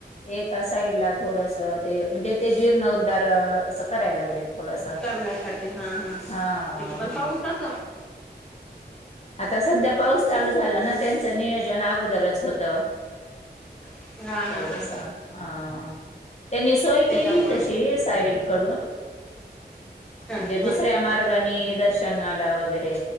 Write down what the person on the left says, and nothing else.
एका साईड ला थोडसा ते म्हणजे ते जीर्ण उद्धार असं करायला कले थोडासा
हा
हा.
आता सध्या पाऊस चालू झाला ना त्यांचं नियोजन अगोदरच होतं.
थोडसा
हा त्यांनी सोय
केली तशी साईड कडून
म्हणजे
दुसऱ्या मार्गाने दर्शनाला वगैरे